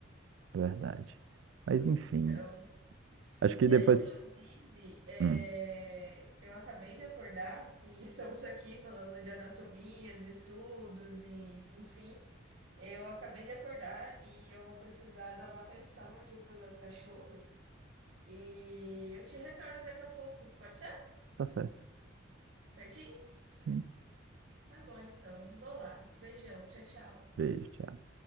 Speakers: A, on the right; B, on the right.
A: Verdade. Mas enfim,
B: Então,
A: acho que
B: e
A: depois.
B: aí, inclusive, é,
A: Hum,
B: eu acabei de acordar e estamos aqui falando de anatomias, estudos e, enfim, eu acabei de acordar e eu vou precisar dar uma atenção aqui para meus cachorros e eu te retorno daqui a pouco, pode ser?
A: tá certo.
B: Certinho?
A: Sim.
B: Tá bom, então. Vou lá. Beijão. Tchau, tchau.
A: Beijo, tchau.